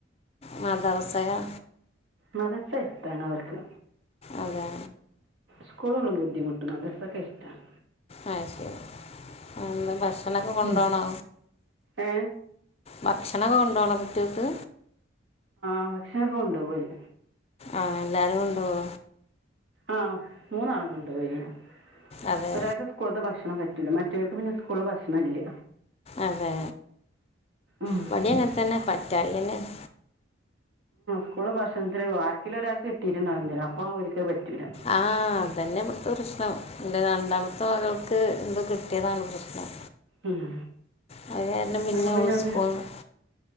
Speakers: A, on the left; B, on the right.
A: മദ്രസ്സയാ
B: മദ്രസ്സ അടുത്താണ് ഓൽക്ക്
A: അതെ
B: സ്കൂളോള്ളും ബുദ്ധിമുട്ടും മദർസൊക്കെ അടുത്താണ്
A: അയ് ശരി എന്താ ഭക്ഷണൊക്കെ കൊണ്ടോണോ
B: ഉം. ഏ
A: ഭക്ഷണക്കെ കൊണ്ടോണോ കുട്ടികൾക്ക്
B: ആഹ് ഭക്ഷണൊക്കെ കൊണ്ടോവോ ഓല്
A: ആഹ് എല്ലാരും കൊണ്ടോവോ?
B: ആഹ് മൂന്നാളും കൊണ്ടോവെന്നെയാ
A: അതെ
B: ഇപ്പ ഒരാക്ക് സ്കൂളത്തെ ഭക്ഷണം പറ്റ് പറ്റൂല മറ്റോലിക്ക് പിന്നെ സ്കൂള് ഭക്ഷണല്ല
A: അതെ
B: ഉം.
A: ഇവടി അങ്ങനെ തന്നെ പറ്റായികെന്നെയാണ്
B: സ്കൂള് ഭക്ഷണത്തില് ആരിക്കേലും ഒരാക്ക് കിട്ടീട്ട്ണ്ടാവും എന്തേ അപ്പ ഓലിക്കത് പറ്റൂല
A: ആഹ് അതന്നെ ഇവിടുത്തെ പ്രശ്നം ഇൻ്റെ രണ്ടാമത്തെ മകൾക്ക് എന്തോ കിട്ടിയതാണ് പ്രശ്നം
B: ഉം.
A: അത് കാരണം പിന്നെ
B: അപ്പോൾ
A: ഓള്
B: ഒരു
A: സ്കൂള്ന്ന്